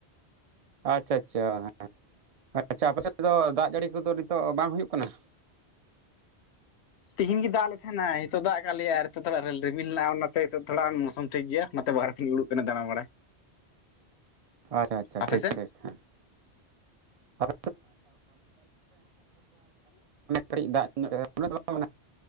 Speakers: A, on the right; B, on the left.
A: ᱟᱪᱷᱟ ᱟᱪᱷᱟ ᱦᱮᱸ ᱟᱪᱷᱟ ᱟᱯ ᱥᱮᱫ ᱫᱚ ᱫᱟᱜ ᱡᱟᱹᱲᱤ ᱠᱚᱫᱚ ᱱᱤᱛᱚᱜ ᱵᱟᱝ ᱦᱩᱭᱩᱜ ᱠᱟᱱᱟ? ᱠᱟᱱᱟ
B: ᱛᱤᱦᱤᱧ ᱜᱤ ᱫᱟᱜ ᱞᱮ ᱛᱟᱦᱮᱸᱱᱟᱭ ᱱᱤᱛᱚᱜ ᱫᱟᱜ ᱟᱠᱟ ᱞᱮᱭᱟ ᱱᱤᱛᱚᱜ ᱛᱷᱟ ᱨᱮᱹ ᱨᱤᱢᱤᱞ ᱦᱮᱱᱟᱜ ᱚᱱᱟᱛᱮ ᱤᱛᱚᱜ ᱛᱷᱚᱲᱟ ᱢᱳᱥᱳᱢ ᱴᱷᱤᱠ ᱜᱮᱭᱟ ᱵᱟᱦᱨᱮ ᱥᱮᱧ ᱩᱩᱲᱩᱵ ᱠᱟᱱᱟ ᱫᱟᱬᱟ ᱵᱟᱲᱟᱭ
A: ᱟᱪᱷᱟ ᱟᱪᱷᱟ
B: ᱟᱯᱮ
A: ᱴᱷᱤᱠ
B: ᱥᱮᱱ
A: ᱴᱷᱤᱠ ᱦᱮᱸ ᱚᱲ ᱠᱟᱹᱤᱡ ᱫᱟᱜ <unintelligible>